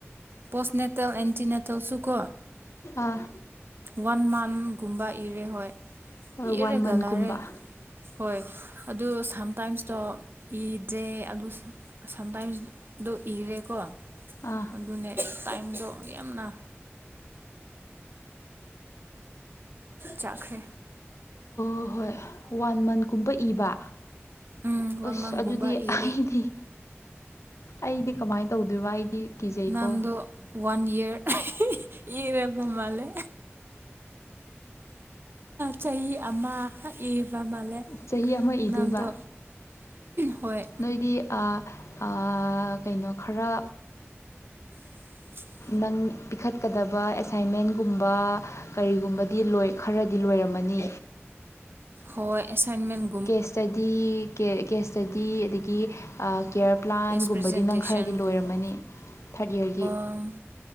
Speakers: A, on the right; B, on the left.
A: ꯄꯣꯁꯅꯦꯇꯦꯜ ꯑꯦꯟꯇꯤꯅꯦꯇꯦꯜꯁꯨꯀꯣ
B: ꯑꯥ
A: ꯋꯥꯟ ꯃꯟꯒꯨꯝꯕ ꯏꯔꯦ ꯍꯣꯏ
B: ꯍꯣꯏ
A: ꯏꯔꯒ
B: ꯋꯥꯟ ꯃꯟꯀꯨꯝꯕ
A: ꯂꯔꯦ ꯍꯣꯏ ꯑꯗꯨ ꯁꯝꯇꯥꯏꯝꯁꯇꯣ ꯏꯗ꯭ꯔꯦ ꯑꯗꯨ ꯁꯝꯇꯥꯏꯝꯁꯗꯣ ꯏꯔꯦꯀꯣ
B: ꯑꯥ
A: ꯑꯗꯨꯅꯦ ꯇꯥꯏꯝꯗꯣ ꯌꯥꯝꯅ ꯆꯠꯈ꯭ꯔꯦ
B: ꯍꯣꯏ ꯍꯣꯏ ꯋꯥꯟ ꯃꯟꯀꯨꯝꯕ ꯏꯕ
A: ꯎꯝ ꯋꯥꯟ
B: ꯑꯁ
A: ꯃꯟꯒꯨꯝꯕ
B: ꯑꯗꯨꯗꯤ
A: ꯏꯔꯦ
B: ꯑꯩꯗꯤ ꯑꯩꯗꯤ ꯀꯃꯥꯏꯅ ꯇꯧꯗꯣꯏꯕ ꯑꯩꯗꯤ ꯀꯤꯖꯩꯀꯣ
A: ꯅꯪꯗꯨ ꯋꯥꯟ ꯏꯌꯔ ꯏꯔꯕ ꯃꯥꯜꯂꯦ ꯆꯍꯤ ꯑꯃꯈꯛ ꯏꯕ <unintelligible>
B: ꯆꯍꯤ ꯑꯃ ꯏꯗꯣꯏꯕ
A: ꯅꯪꯗꯣ ꯍꯣꯏ
B: ꯅꯣꯏꯗꯤ ꯑꯥ ꯑꯥ ꯀꯩꯅꯣ ꯈꯔ
A: <unintelligible>
B: ꯅꯪ ꯄꯤꯈꯠꯀꯗꯕ ꯑꯦꯁꯥꯏꯟꯃꯦꯟꯒꯨꯝꯕ ꯀꯔꯤꯒꯨꯝꯕꯗꯤ ꯂ‌ꯣꯏ ꯈꯔꯗꯤ ꯂꯣꯏꯔꯝꯃꯅꯤ
A: ꯍꯣꯏ ꯑꯦꯁꯥꯏꯟꯃꯦꯟ
B: ꯀꯦꯁ ꯁ꯭ꯇꯗꯤ ꯀꯦ ꯀꯦꯁ ꯁ꯭ꯇꯗꯤ ꯑꯗꯒꯤ ꯑꯥ ꯀꯦꯌꯔ ꯄ꯭ꯂꯥꯟꯒꯨꯝꯕꯗꯤ
A: ꯀꯦꯁ ꯄ꯭ꯔꯖꯦꯟꯇꯦꯁꯟꯒꯨꯝꯕ
B: ꯅꯪ ꯈꯔꯗꯤ ꯂꯣꯏꯔꯝꯃꯅꯤ ꯊꯥꯔꯠ ꯏꯌꯥꯔꯒꯤ
A: ꯎꯝ